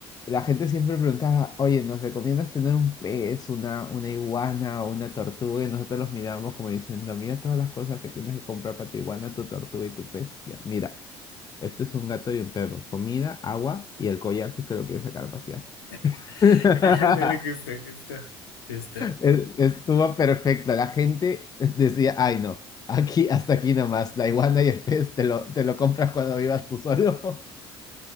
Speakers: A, on the left (about 30°); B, on the left (about 80°).
A: la gente siempre preguntaba, oye, ¿nos recomiendas tener un pez, una, una iguana o una tortuga? Y nosotros los mirábamos como diciendo, mira todas las cosas que tienes que comprar para tu iguana, tu tortuga y tu pez. Ya, mira, esto es un gato y un perro, comida, agua y el collar si es que lo quieres sacar a pasear.
B: <laughs>
A: <laughs>
B: Ándale, justo, justo, justo.
A: Es- Estuvo perfecto. La gente decía, ay no, aquí hasta aquí nomás, la iguana y el pez te lo, te lo compras cuando vivas tú solo.